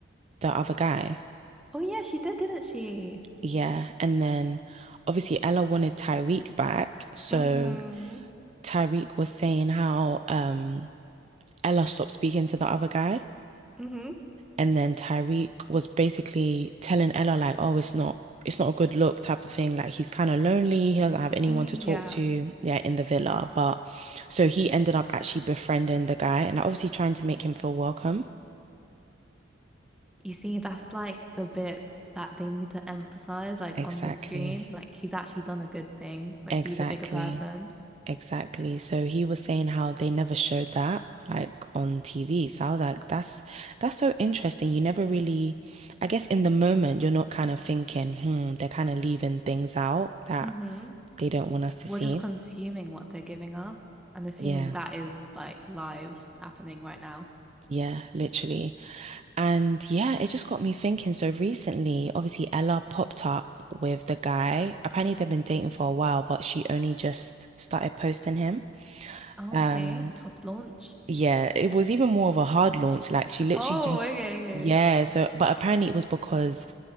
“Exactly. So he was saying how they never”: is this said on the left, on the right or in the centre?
Right